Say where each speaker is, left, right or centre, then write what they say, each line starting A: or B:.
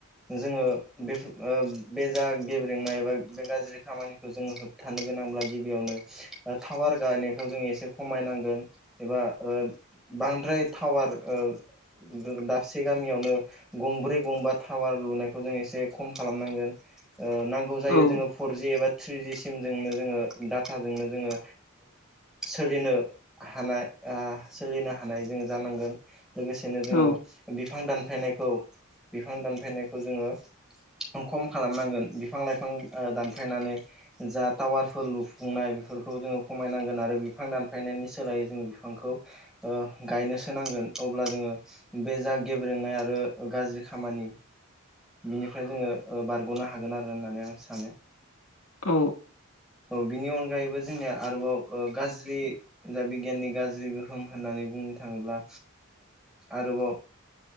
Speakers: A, in the centre; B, on the left.
A: जोङो बे बे जा गेब्रेंनाय एबा बे गाज्रि खामानिखौ जों होबथानो गोनांब्ला गिबियावनो टावार गायनायखौ जों एसे खमाय नांगोन एबा बांद्राय टावार ओं दाबसे गामियावनो गंब्रै गंबा टावार लुनायखौ जों एसे खम खालाम नांगोन। नांगौ जायो
B: औ
A: जोङो फरजि एबा थ्रिजि सिमजोंनो जोङो डाटाजोंनो जोङो सोलिनो हानाय। सोलिनो हानाय जोङो जानांगोन लोगोसेनो जोङो।
B: औ
A: बिफां दानफायनायखौ बिफां दानफायनायखौ जोङो। खम खालाम नांगोन बिफां - लाइफां दानफ्रायनानै जा टावारफोर लुफुंनाय। बेफोरखौ जोङो खमाय नांगोन आरो बिफां दानफायनायनि सोलायै जोङो बिफांखौ गायनोसो नांगोन। अब्ला जोङो बे जा गेब्रेंनाय आरो गाज्रि खामानि बिनिफ्राय जोङो बारग'नो हागोन आरो होननानै आं सानो।
B: औ
A: औ बिनि अनगायैबो जोंनिया आरोबाव गाज्रि दा बिगियाननि गाज्रि गोहोम होननानै बुंनो थाङोब्ला। आरोबाव।